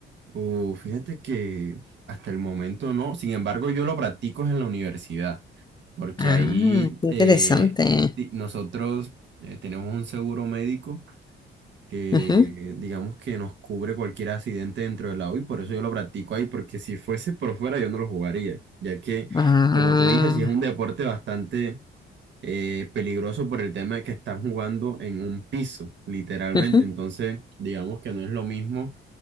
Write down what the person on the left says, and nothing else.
Ah,
qué
interesante.
Ujú.
Ah,
ujú,